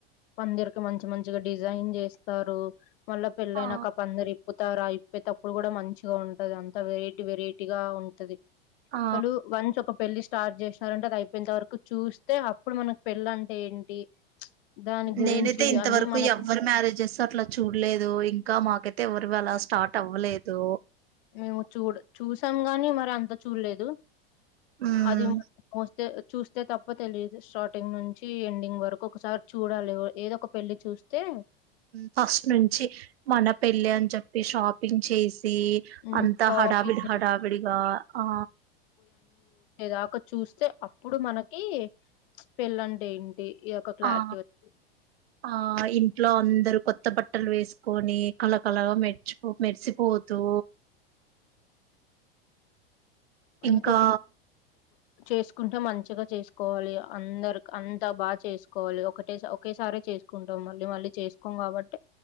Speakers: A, on the left; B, on the right.
A: పందిరిక్కి మంచి మంచిగా డిజైన్ చేస్తారు మళ్ళ పెళ్ళైన
B: ఆ
A: ఒక పందిరి ఇప్పుతారు ఇప్పే తప్పుడు కూడా మంచిగా ఉంటది అంతా వెరైటీ వెరైటీగా ఉంటది
B: ఆ
A: అసలు వన్స్ ఒక పెళ్లి స్టార్ట్ చేసినారంటే అది అయిపోయింత వరకు చూస్తే అప్పుడు మనకి పెళ్ళ అంటే ఏంటి దాని గురించి
B: నేనైతే ఇంతవరకు
A: అన్ని మనకు
B: ఎవ్వరు మ్యారేజెస్ అట్లా చూడలేదు ఇంకా మాకై ఎవరివి అలా స్టార్ట్ అవ్వలేదు
A: మేము చూ చూసాం గాని మరి అంత చూడలేదు
B: ఉమ్
A: అది చూస్తే తప్ప తెలియదు స్టార్టింగ్ నుంచి ఎండింగ్ వరకు ఒకసారి చూడాలి ఏదో ఒక పెళ్లి చూస్తే
B: ఫస్ట్ నుంచి మన పెళ్లి అని చెప్పి షాపింగ్ చేసి
A: మ్
B: అంతా
A: షాపింగ్
B: హడావిడి హడావిడిగా ఆ
A: దాక చూస్తే అప్పుడు మనకి పెళ్ళంటే ఏంటి ఈ యొక్క క్లారిటీ
B: ఆ
A: వచ్చి
B: ఆ ఇంట్లో అందరూ కొత్త బట్టలు వేసుకొని కలకలగా మెర్చిపో మెరిసిపోతూ
A: అందుకే
B: ఇంకా
A: చేసుకుంటే మంచిగ చేసుకోవాలి అందరి అంతా బాగా చేసుకోవాలి ఒకటే ఒకేసారి చేసుకుంటాం మళ్ళీ మళ్ళీ చేసుకోం కాబట్టి